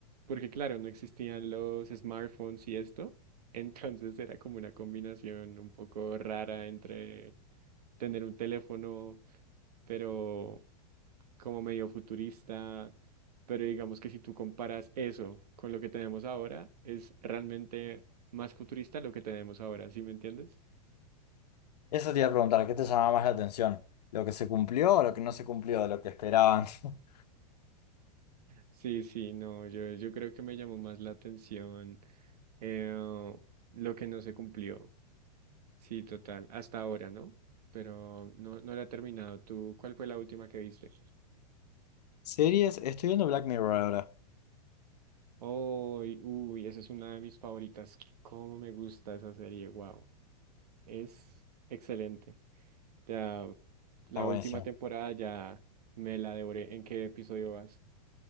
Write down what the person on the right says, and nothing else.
Porque claro, no existían los smartphones y esto. <laughs> Entonces era como una combinación un poco rara entre tener un teléfono, pero como medio futurista, pero digamos que si tú comparas eso con lo que tenemos ahora, es realmente más futurista lo que tenemos ahora, ¿sí me entiendes?
Sí, sí, no, yo, yo creo que me llamó más la atención eh, lo que no se cumplió, sí, total, hasta ahora, ¿no? Pero no, no la he terminado. ¿Tú cuál fue la última que viste?
Uy, uy, esa es una de mis favoritas. ¿Cómo me gusta esa serie? Wow. Es excelente. Ya,
la
última temporada ya me la devoré. ¿En qué episodio vas?